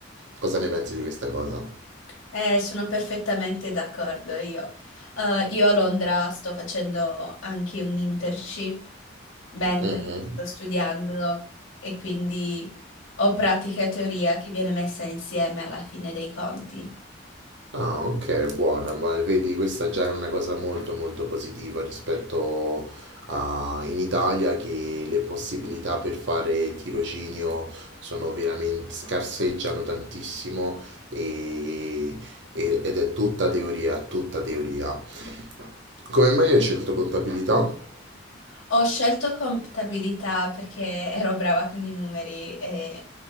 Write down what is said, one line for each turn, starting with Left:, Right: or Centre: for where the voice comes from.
Right: Cosa ne pensi di questa cosa?
Left: Eh, sono perfettamente d'accordo io. Eh, io a Londra sto facendo anche un internship mentre
Right: Mhm.
Left: sto studiando e quindi ho pratica e teoria che viene messa insieme alla fine dei conti.
Right: Ah, ok, buona, ma vedi, questa già è una cosa molto molto positiva rispetto a in Italia che le possibilità per fare tirocinio sono veramente scarseggiano tantissimo e- e- ed è tutta teoria, tutta teoria. Come mai hai scelto contabilità?
Left: Ho scelto contabilità perché ero brava con i numeri e